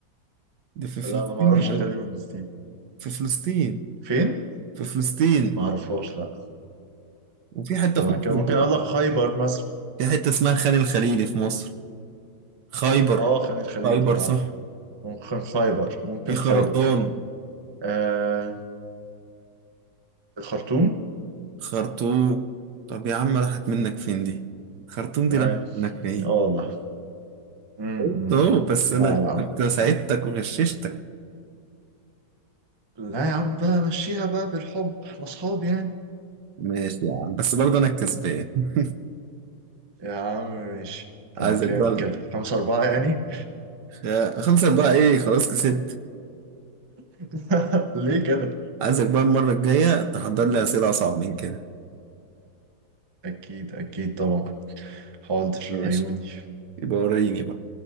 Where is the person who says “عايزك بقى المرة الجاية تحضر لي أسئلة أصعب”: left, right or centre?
Right